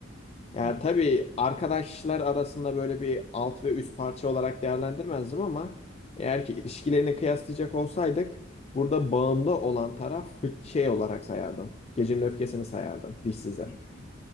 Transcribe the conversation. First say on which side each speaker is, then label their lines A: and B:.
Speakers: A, on the left; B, on the left.
A: Yani
B: Hmm,
A: tabii arkadaşlar arasında böyle bir alt ve üst parça olarak değerlendirmezdim ama eğer ki ilişkilerini kıyaslayacak olsaydık burada bağımlı olan taraf hı- şey olarak sayardım. Gecenin öfkesini sayardım dişsize.
B: Hı hı.